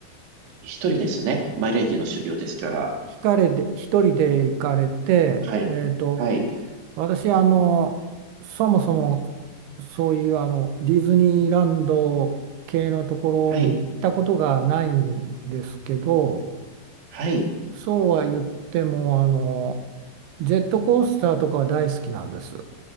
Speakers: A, on the right; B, on the right.
A: 一人ですね。マイレージの修行ですから。
B: ひかれで、一人で行かれて、
A: はい。
B: えっと、
A: はい。
B: 私あのそもそもそういうあのディズニーランド系のところに行ったことがないんですけど
A: はい。はい。
B: そうは言ってもあのジェットコースターとかは大好きなんです